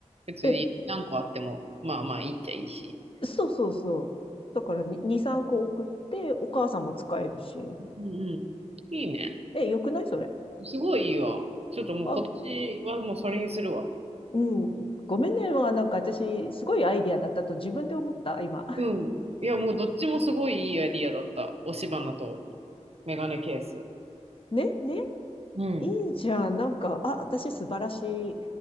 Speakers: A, on the right (about 55°); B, on the left (about 45°).
A: 別に何個あっても、
B: で、
A: まあまあいいっちゃいいし。
B: そうそうそう。だから2、2、3個送って、お母さんも使えるし。
A: うんうん。いいね。
B: え、よくないそれ。
A: すごいいいわ。ちょっともう今年はもうそれにするわ。
B: あ、うん。ごめんね。まあなんか私、すごいアイディアだったと自分で思った、今。<laughs>
A: うん。いや、もうどっちもすごいいいアイディアだった。押し花とメガネケース。
B: ねね
A: うん。
B: いいじゃん。なんか、あ、私素晴らしい。